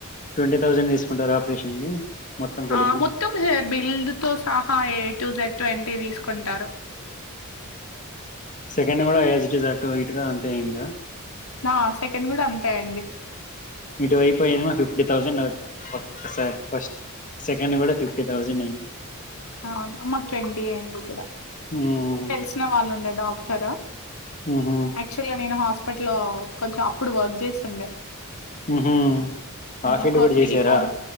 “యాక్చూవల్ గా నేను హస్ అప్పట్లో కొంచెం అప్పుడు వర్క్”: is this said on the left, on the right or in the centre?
Left